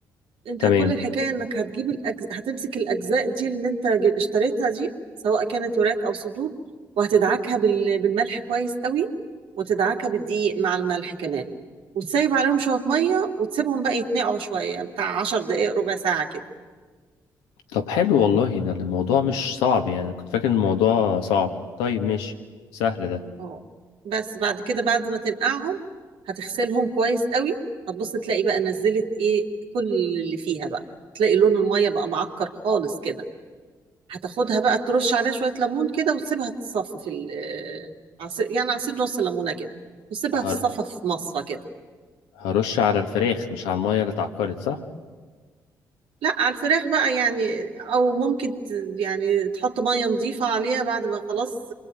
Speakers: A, on the right; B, on the left.
A: انت
B: تمام
A: كل الحكاية انك هتجيب الأجز... هتمسك الاجزاء دي اللي انت ج- اشتريتها دي سواء كانت وراك او صدور وهتدعكها بال... بالملح كويس قوي وتدعكها بالدقيق مع الملح كمان وتسيب عليهم شوية مية وتسيبهم بقى يتنقعوا شوية بتاع عشر دقايق ربع ساعة كده
B: طب حلو والله ده الموضوع مش صعب يعني كنت فاكر إن الموضوع صعب طيب ماشي سهل ده
A: اه بس بعد كده بعد ما تنقعهم هتغسلهم كويس قوي هتبص تلاقي بقى نزلت ايه كل اللي فيها بقى تلاقي لون المية بقى معكر خالص كده هتاخدها بقى ترش عليها شوية ليمون كده وتسيبها تتصفى في ال- آه، عصير يعني عصير نص ليمونة كده وتسيبها تتصفى
B: هر...
A: في مصفى كده
B: هرش على الفراخ مش على المية اللي اتعكرت صح
A: لا على الفراخ بقى يعني او ممكن ت- يعني تحط مية نظيفة عليها بعد ما خلاص